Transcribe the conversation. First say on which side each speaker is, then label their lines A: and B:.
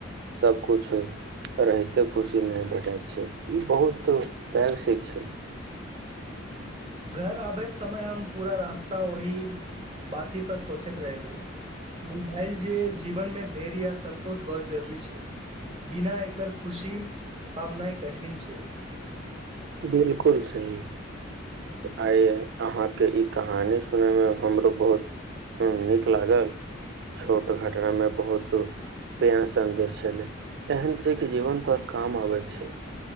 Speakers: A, on the right; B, on the right.
A: सब कुछु रहिते खुशी नहि भेटैत छै ई बहुत वैघ शिक्ष
B: घर आबैत समय हम पूरा रास्ता ओहि बाते पर सोचैत रहलहु बुझायल जे जीवन मे धैर्य या संन्तोष बहुत जरूरी छै बिना एकर खुशी पाबनाइ कठिन छै
A: बिलकुल सही आइ अहाँ के ई कहानी सुनय मे हमरो बहुत नीक लागल छोट घटना मे बहुत प्रेार सन्देश छले एहन सिख जीवन पर काम आबैत छै